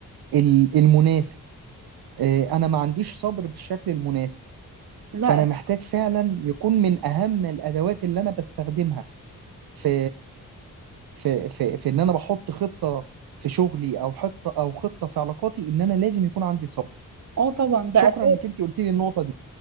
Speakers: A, on the right; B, on the right.
A: ال- المناسب آه، انا ما عنديش صبر بالشكل المناسب
B: لا
A: فانا محتاج فعلا يكون من اهم الادوات اللي انا بستخدمها في في في, في ان انا بحط خطه في شغلي او خطه او خطه في علاقاتي ان انا لازم يكون عندي صبر
B: اه طبعا
A: شكرا
B: ده اساس
A: انك انت قلت لي النقطه دي